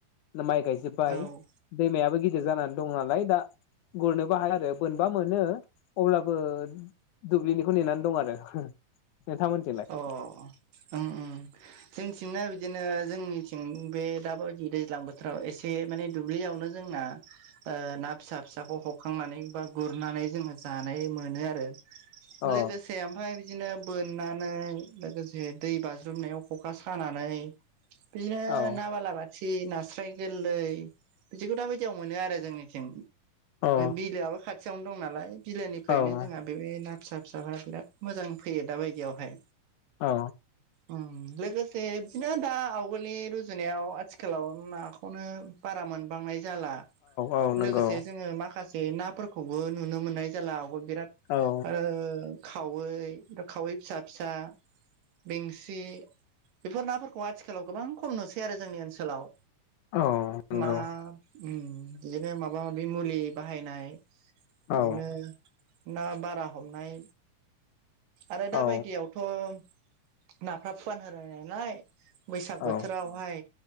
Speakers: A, on the left; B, on the right.
A: माइ गायजोब्बाय
B: औ
A: दैमायाबो गिदिर जानानै दंओ नालाय दा गुरनोबो हाया आरो मोनबा मोनो अब्लाबो दुब्लिनिखौ नेनानै दं आरो नोंथांमोनजोंलाय
B: अ ओम ओम जोंथिंना बिदिनो जोंनिथिं बे दाबायदि दैज्लां बोथोराव एसे माने दुब्लियावनो जोंना ओ ना फिसा फिसाखौ हखांनानै बा गुरनानै जोङो जानाय मोनो आरो
A: अ
B: लोगोसे ओमफ्राय बिदिनो बोननानै लोगोसे दै बाज्रुमनायाव ख'खा सानानै बिदिनो
A: औ
B: नाबालाबा सि नास्राय गोरलै बिदिखौ दा बायदियाव मोनो आरो जोंनिथिं
A: औ
B: बिलोआबो खाथियावनो दं नालाय बिलोनिफ्रायनो
A: औ
B: जोंहा बे ना फिसा फिसाफोरा बिराद मोजां फैयो दा बायदियावहाय
A: औ
B: ओं लोगोसे बिदिनो दा आवगोलनि रुजुनायाव आथिखालाव नाखौनो बारा मोनबांनाय जाला
A: औ नंगौ
B: लोगोसे जोङो माखासे से नाफोरखौबो नुनो मोननाय जाला आगोल बिराद
A: औ
B: आरो खावै खावै फिसा फिसा बेंसि बेफोर नाफोरखौ आथिखालाव गोबां खम नुसै आरो जोंनि ओनसोलाव
A: औ नंगौ
B: मा बिदिनो माबा माबि मुलि बाहायनाय बिदिनो
A: औ
B: ना बारा हमनाय आरो दाबायदियाव
A: औ
B: थ' नाफ्रा फुवान होयो नालाय बैसाग
A: औ
B: बोथोरावहाय